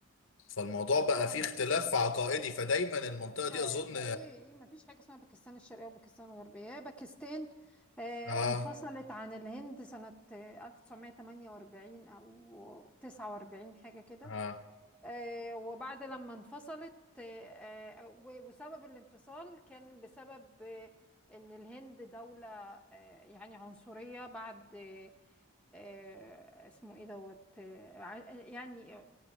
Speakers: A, on the left (about 65°); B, in the centre.
A: فالموضوع
B: لا
A: بقى
B: هو
A: فيه
B: ما
A: اختلاف
B: فيش
A: عقائدي
B: في
A: فدايما المنطقة
B: ايه ده
A: دي اظن
B: ما ايه ايه ما فيش حاجة اسمها باكستان الشرقية وباكستان الغربية هي باكستان آه
A: اه
B: انفصلت عن الهند سنة آه، 1948 أو 49 حاجة كده
A: اه
B: آه، وبعد لما انفصلت آه، آه، و- وسبب الانفصال كان بسبب آه، ان الهند دولة آه، يعني عنصرية بعد آه، آه، اسمه ايه دوت آه، ع- يعني